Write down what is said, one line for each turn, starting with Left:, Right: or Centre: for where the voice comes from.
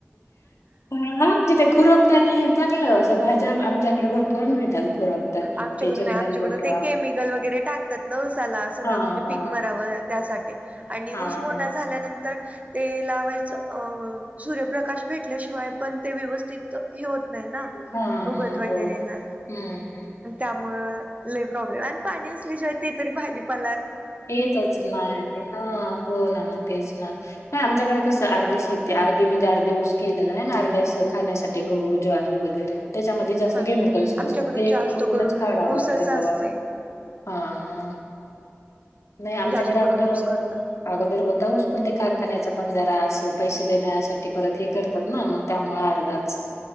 Left: होण म्हणजे ते खुरपत आणि चांगलंअस भाजी. आमच्याकडे भरपरून मिळतात. खुरपतानी.
Right: <inaudible> आमच्याकडून
Left: ते चंदन
Right: आमच्याकडून
Left: गोटवा
Right: ते केमिकल वगैरे टाकतात न उसाला सगळं
Left: हा
Right: म्हणजे पीक
Left: हा
Right: मरावं त्यासाठी. आणि
Left: हा
Right: ऊस
Left: हा
Right: मोठा झाल्यानंतर ते लावायचं अ सूर्यप्रकाश भेटल्याशिवाय पण ते व्यवस्थित हे होत नाही ना
Left: हा
Right: उगत
Left: हा
Right: वगैरे
Left: हो
Right: ना.
Left: हम्म हम्म.
Right: प्रॉब्लेम हाय अन् पाणी असल्या शिवाय ते तरी भाजीपा.
Left: ते येतच नाही हा हो ना तेच ना प आमच्याकडे कसं अर्धी शेती अर्धी म्हणजे अर्धी ऊस केलेला आहे ना अर्धी असं खाण्यासाठी गहू, ज्वारी वगैरे त्याच्यामध्ये जास्त
Right: हा ना
Left: केमिकल्स
Right: आमच्याकडे
Left: नसतात ते
Right: जास्त
Left: खरकूनच
Right: करून
Left: काढावं
Right: ऊसच
Left: लागत
Right: असतय
Left: गवात हा हा नाही आमच्याकडे
Right: जास्त
Left: अगोदर
Right: करून ऊस करतात.
Left: अगोदर होता ऊस पण ते कारखान्याचा पण जरा अस पैसे देण्यासाठी परत हे करतात ना मग त्यामुळे अर्धाच